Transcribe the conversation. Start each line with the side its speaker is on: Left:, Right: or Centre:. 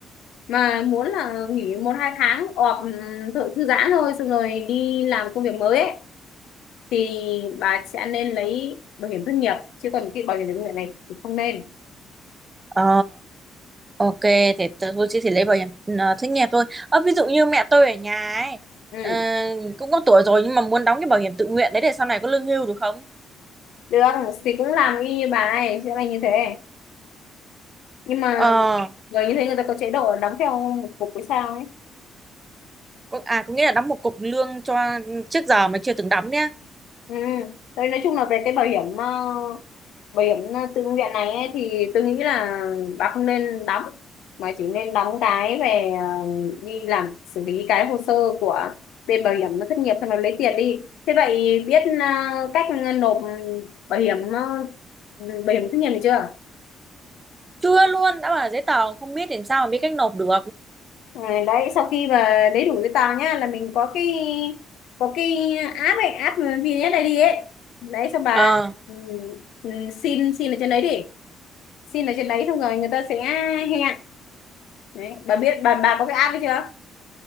Left: mà muốn là nghỉ một hai tháng ọp thử thư giãn thôi xong rồi đi làm công việc mới ấy thì bà sẽ nên lấy bảo hiểm thất nghiệp chứ còn cái bảo hiểm tự nguyện này thì không nên
Right: ờ Ok, thì tớ tôi chỉ chỉ lấy bảo hiểm ờ, thất nghiệp thôi. Ờ, ví dụ như mẹ tôi ở nhà ấy,
Left: ừ.
Right: ờ, cũng có tuổi rồi nhưng mà muốn đóng cái bảo hiểm tự nguyện đấy để sau này có lương hưu được không?
Left: được thì cũng làm y như bà ấy sẽ là như thế nhưng mà
Right: Ờ,
Left: người như thế người ta có chế độ đóng theo một cục với sao ấy
Right: có, à có nghĩa là đóng một cục lương cho trước giờ mà chưa từng đóng nhá.
Left: ừ. Đấy, nói chung là về cái bảo hiểm ờ, bảo hiểm à, tự nguyện này ấy, thì tôi nghĩ là bà không nên đóng mà chỉ nên đóng cái về ờ, đi làm xử lý cái hồ sơ của bên bảo hiểm thất nghiệp xong rồi lấy tiền đi thế vậy biết ờ, cách nộp bảo hiểm ờ, bảo hiểm thất nghiệp được chưa
Right: Chưa luôn, đã bảo là giấy tờ không biết làm sao mà biết cách nộp được.
Left: Ừ, đấy sau khi mà lấy đủ giấy tờ nhá là mình có cái có cái app ấy app VNS đi ấy đấy xong bà
Right: Ờ,
Left: ừ, ừ, xin xin ở trên đấy đi xin ở trên đấy xong rồi người ta sẽ hẹn đấy bà biết bà bà có cái app ấy chưa